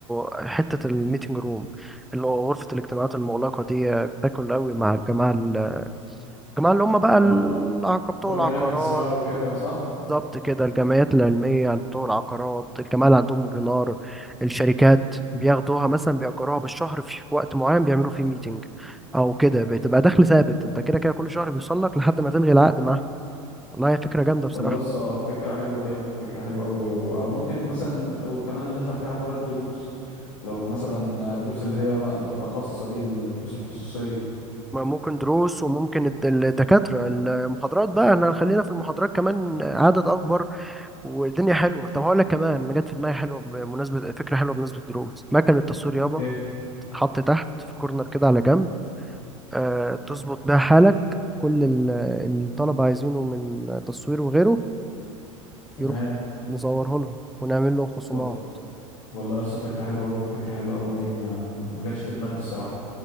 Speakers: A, in the centre; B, on the left.
A: حتة الميتنج روم اللي هو غرفة الاجتماعات المغلقة دي بتاكل قوي مع الجماعة ال- الجماعة اللي هم بقى
B: اه
A: العقبة بتوع
B: بتوع
A: العقارات
B: اناكتس بقى وكده صح
A: بالظبط كده الجمعيات العلمية بتوع العقارات الجماعة اللي عندهم ويبينار الشركات بياخدوها مثلا بيأجروها بالشهر في في وقت معين بيعملوا فيه ميتنج أو كده بتبقى دخل ثابت أنت كده كده كل شهر بيوصل لك لحد ما تلغي العقد معاه والله هي فكرة جامدة بصراحة
B: والله لسه فكرة حلوة دي أوي فكرة حلوة أوي و- أو ممكن مثلا أو كمان ندخل فيها حوار الدروس لو مثلا دروس اللي هي ما بتبقى خاصة دي الدروس الخصوصية
A: ما ممكن دروس وممكن الد- الدكاترة المحاضرات بقى احنا خلينا في المحاضرات كمان عدد أكبر والدنيا حلوة طب هقول لك كمان جت في دماغي حلوة بمناسبة فكرة حلوة بمناسبة دروس مكنة التصوير يابا
B: إيه
A: تتحط تحت في كورنر كده على جنب آه، تظبط بيها حالك كل ال- الطلبة عايزينه من تصوير وغيره
B: تمام
A: يروح نصوره لهم ونعمل لهم خصومات
B: وال- والله لسه فكرة حلوة أوي فكرة حلوة أوي دي ما ما جاتش في دماغي الصراحة